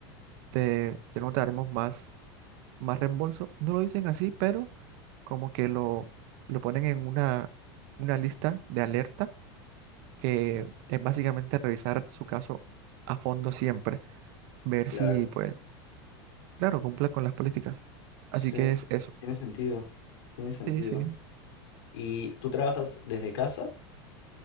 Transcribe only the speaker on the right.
te, ya no te daremos más, más reembolso. No lo dicen así, pero como que lo, lo ponen en una, una lista de alerta que es básicamente revisar su caso a fondo siempre, ver
si pues, claro, cumple con las políticas. Así
que es eso.
Sí, sí.